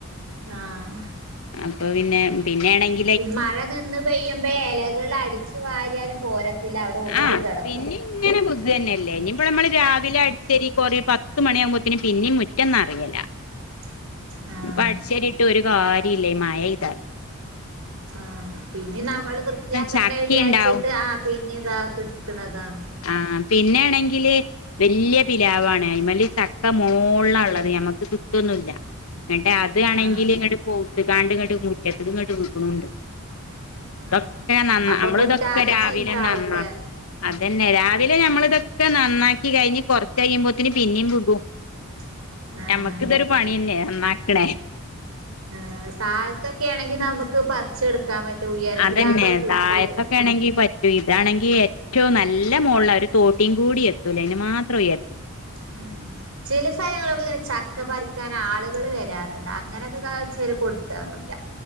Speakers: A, on the right; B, on the left.
A: ആഹ്
B: അപ്പ പിന്നെ പിന്നെണെങ്കി
A: ഈ മഴ നിന്ന് പെയ് യ്യുമ്പയെ എലകള് അടിച്ചു വാരിയാലും പോരത്തില്ല അവടെ ഒട്ടി
B: ആഹ്
A: കെടക്കും
B: പിന്നെ ഇങ്ങനെ ബുദ്ധി തന്നെ അല്ലേ ഇനിയിപ്പ നമ്മള് രാവിലെ അടിച്ചേരി കൊറേ പത്ത് മണിയാകുമ്പത്തിനും പിന്നിം മുറ്റം നറയലാ
A: <inaudible> ആഹ്
B: ഇപ്പ അടിച്ചേരിയിട്ട് ഒര് കാര്യല്ലേ ഈ മഴയ്താല്
A: ആഹ് പിന്നിം നമ്മള് വൃത്തിയാക്കേണ്ടെ
B: ചക്ക
A: വിചാരിച്ചിട്ട്
B: ഉണ്ടാവും
A: ആഹ് പിന്നിം ഇതാ ഇട്ക്ക്ണതാ
B: ആഹ് പിന്നെണെങ്കില് വല്യ പിലാവാണ് അയിമല് ചക്ക മോൾളാ ഇള്ളത് ഞമ്മക്ക് കിട്ടൊന്നുല്ല ഇന്നട്ട് അതാണെങ്കില്
A: ആഹ്
B: ഇങ്ങട്ട് പൊവ്ത്ത്കാണ്ട് ഇങ്ങട്ട് മുറ്റത്ത്ക്ക്ങ്ങട്ട് വ്ക്ണുണ്ട് ഇതൊക്കെ
A: ആഹ്
B: ഞാ നന്ന
A: അപ്പൊ
B: നമ്മള്
A: മുറ്റാകെ
B: ഇതൊക്കെ രാവിലെ
A: ചീത്താവൂലേ
B: നന്നാ അതന്നെ രാവിലെ ഞമ്മള്തൊക്കെ നന്നാക്കി കഴിഞ്ഞ് കൊറച്ചഴിയുമ്പോത്തിന് പിന്നിം വ്കും
A: <inaudible> ആഹ്
B: ഞമ്മക്ക് ഇതൊരു പണിയന്നെ നന്നാക്ക്ണേ
A: ആഹ് താഴത്തൊക്കെ ആണെങ്കി നമുക്ക് പറിച്ചെടുക്കാൻ പറ്റും ഉയരത്തിലാകുമ്പോ
B: അതന്നെ
A: അത് കിട്ടൂല്ല.
B: താഴത്തൊക്കെ ആണെങ്കി പ റ്റും ഇതാണെങ്കി ഏറ്റവും നല്ല മോൾളാ ഒര് തോട്ടിയും കൂടി എത്തൂല അയിനു മാത്രം ഉയ
A: ഹ്മ്മ് ചെല സലങ്ങളിലൊക്കെ ഇങ്ങനെ ച ക്ക പറിക്കാനാളുകള് വരാറ്ണ്ട് അങ്ങനെയൊക്കെ പറിച്ച് കൊടുത്താമതി